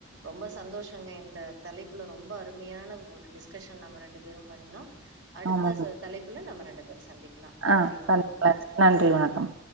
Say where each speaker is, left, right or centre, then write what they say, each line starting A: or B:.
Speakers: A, on the right; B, on the right.
A: ரொம்ப சந்தோஷங்க இந்த தலைப்புல ரொம்ப அருமையான ஒரு டிஸ்கஷன் நம்ம ரெண்டு பேரு பண்ணினோ அடுத்த
B: ஆமாங்க
A: தலைப்புல நம்ம ரெண்டு பேரு சந்திக்கலா நன்றி
B: ஆ
A: வணக்கம்
B: சந்திக்கலா நன்றி வணக்கம்